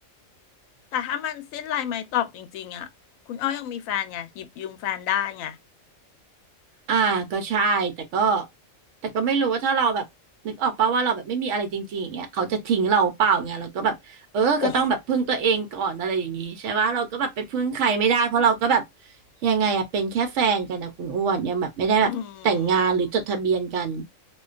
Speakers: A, on the left (about 85°); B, on the right (about 75°).
A: แต่ถ้ามันสิ้นลายไม้ตอกจริงๆอ่ะคุณอ้อยังมีแฟนไงหยิบยืมแฟนได้ไง
B: อ่าก็ใช่แต่ก็แต่ก็ไม่รู้ว่าถ้าเราแบบนึกออกป่าว่าเราแบบไม่มีอะไรจริงๆอย่างเงี้ยเขาจะทิ้งเราเปล่าเงี้ยเราก็แบบเออก็ต้องแบบพึ่งตัวเองก่อนอะไรอย่างงี้ใช่ปะเราก็แบบไปพึ่งใครไม่ได้เพราะเราก็แบบ
A: โอ้
B: ยังไงอะเป็นแค่แฟนกันนะคุณอ้วนยังแบบไม่ได้แบบแต่งงานหรือจดทะเบียนกัน
A: อืม